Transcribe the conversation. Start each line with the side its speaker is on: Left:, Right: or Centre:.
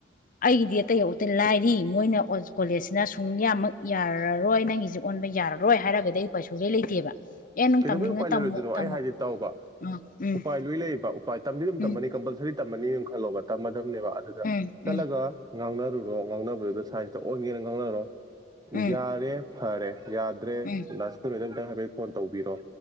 Left: ꯑꯩꯒꯤꯗꯤ ꯑꯇꯩ ꯑꯇꯩ ꯂꯥꯏꯔꯤ ꯃꯣꯏꯅ ꯑꯣ ꯀꯣꯂꯦꯖꯁꯤꯅ ꯁꯨꯡꯌꯥꯃꯛ ꯌꯥꯔꯔꯣꯏ ꯅꯪꯒꯤꯁꯦ ꯑꯣꯟꯕ ꯌꯥꯔꯔꯣꯏ ꯍꯥꯏꯔꯒꯗꯤ ꯑꯩ ꯎꯄꯥ ꯁꯨꯡꯂꯩ ꯂꯩꯇꯦꯕ ꯑꯦ ꯅꯪ
Right: ꯀꯩꯗꯧꯕꯩ
Left: ꯇꯝꯅꯤꯡꯉ
Right: ꯎꯄꯥꯏ ꯂꯩꯔꯣꯏꯗꯣꯏꯅꯣ
Left: ꯇꯝꯃꯣ
Right: ꯑꯩ
Left: ꯇꯝꯃꯣ
Right: ꯍꯥꯏꯖꯦ ꯇꯧꯕ
Left: ꯎꯝ ꯎꯝ
Right: ꯎꯄꯥꯏ ꯂꯣꯏ ꯂꯩꯌꯦꯕ ꯎꯄꯥꯏ ꯇꯝꯗꯤ ꯑꯗꯨꯝ
Left: ꯎꯝ
Right: ꯇꯝꯃꯅꯤ ꯀꯝꯄꯜꯁꯔꯤ ꯇꯝꯃꯅꯤ ꯈꯜꯂꯣꯕ ꯇꯝꯃ ꯎꯝꯅꯦꯕ ꯑꯗꯨꯗ
Left: ꯎꯝ
Right: ꯆꯂꯒ
Left: ꯎꯝ
Right: ꯉꯥꯡꯅꯔꯨꯔꯣ ꯉꯥꯡꯅꯕꯗꯨꯗ ꯁꯥꯏꯟꯁꯇ ꯑꯣꯟꯒꯦꯅ ꯉꯥꯡꯅꯔꯣ
Left: ꯎꯝ
Right: ꯌꯥꯔꯦ ꯐꯔꯦ ꯌꯥꯗ꯭ꯔꯦ
Left: ꯎꯝ
Right: <unintelligible> <unintelligible> ꯇꯧꯕꯤꯔꯣ